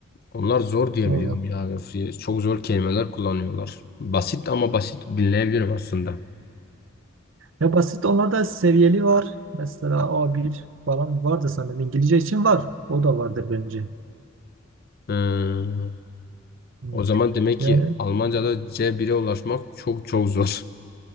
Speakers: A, on the left; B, on the right.
A: Onlar zor diye
B: O
A: biliyorum
B: var.
A: ya. Öf ya. Çok zor kelimeler kullanıyorlar. Basit ama basit dinleyebilirim aslında.
B: Ya basit onlarda seviyeli var. Mesela A1 falan vardı sanırım. İngilizce için var. O da vardır bence.
A: Hmm.
B: Hı.
A: O zaman demek ki
B: Yani
A: Almanca'da C1'e ulaşmak çok çok zor.